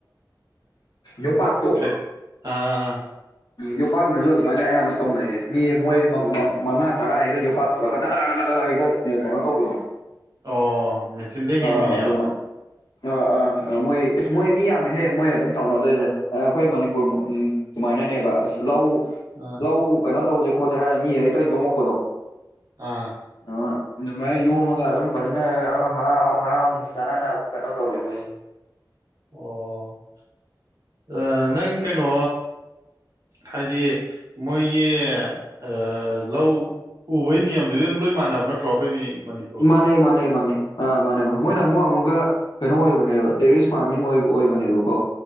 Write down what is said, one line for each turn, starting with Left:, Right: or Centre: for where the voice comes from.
Right: <inaudible>
Left: ꯌꯣꯠꯄꯥꯛꯇꯣ
Right: ꯇ꯭ꯔꯦꯛ ꯑꯥ
Left: ꯌꯣꯄꯥꯛꯅꯁꯨ ꯑꯗꯨꯃꯥꯏꯅ ꯑꯌꯥꯝꯕ ꯇꯧꯅꯩꯌꯦ ꯃꯤ ꯃꯣꯏ ꯃ ꯃꯉꯥ ꯇꯔꯥ ꯍꯦꯛꯇ ꯌꯣꯄꯥꯛ ꯄꯨꯔꯒ ꯗꯔꯗꯔ ꯍꯦꯛꯇ ꯀꯩꯅꯣ ꯇꯧꯕꯗꯣ
Right: ꯑꯣ ꯃꯦꯆꯤꯟꯗ
Left: ꯑ
Right: ꯍꯦꯟꯕꯤꯅꯦꯕ
Left: ꯑꯗꯨꯃꯥꯏ ꯑ ꯑ ꯑ ꯃꯣꯏ ꯏꯁ ꯃꯣꯏ ꯃꯤ ꯌꯥꯝꯃꯦꯍꯦ ꯃꯣꯏ ꯑꯗꯨꯝ ꯇꯧꯅꯗꯣꯏꯖꯦ ꯑꯩꯈꯣꯏ ꯃꯅꯤꯄꯨꯔ ꯃꯨꯛ ꯎꯝ ꯗꯨꯨꯃꯥꯏꯅꯅꯦꯕ ꯑꯁ ꯂꯧ
Right: ꯑꯥ
Left: ꯂꯧ ꯀꯩꯅꯣ ꯇꯧꯁꯦ ꯈꯣꯠꯁꯦ ꯍꯥꯏꯔ ꯃꯤ ꯍꯛꯇ ꯌꯣꯝꯃꯛꯄꯗꯣ
Right: ꯑ
Left: ꯑ ꯑꯗꯨꯃꯥꯏꯅ ꯌꯣꯝꯃꯒ ꯑꯗꯨꯝ ꯐꯖꯅ ꯑ ꯍꯔꯥꯎ ꯍꯔꯥꯎ ꯆꯥꯟꯅꯅ ꯀꯩꯅꯣ ꯇꯧꯒꯦ ꯃꯣꯏꯁꯦ
Right: ꯑꯣ ꯑ ꯅꯪ ꯀꯩꯅꯣ ꯍꯥꯏꯗꯤ ꯃꯣꯏꯒꯤ ꯑ ꯂꯧ ꯎꯕꯒꯤ ꯅꯤꯌꯝꯗꯨꯗꯤ ꯂꯣꯏ ꯃꯥꯟꯅꯕ ꯅꯠꯇ꯭ꯔꯣ ꯑꯩꯈꯣꯏ ꯃꯅꯤ
Left: ꯃꯥꯅꯩ ꯃꯥꯅꯩ ꯃꯥꯅꯩ ꯑ ꯃꯥꯅꯕ ꯃꯃꯣꯏꯅ ꯑꯃꯨꯛ ꯑꯃꯨꯛꯀ ꯀꯩꯅꯣ ꯑꯣꯏꯕꯅꯦꯕ ꯇꯦꯔꯤꯁ ꯐꯥꯔꯃꯤꯡ ꯑꯣꯏꯕ ꯑꯣꯏꯕꯅꯦꯕꯀꯣ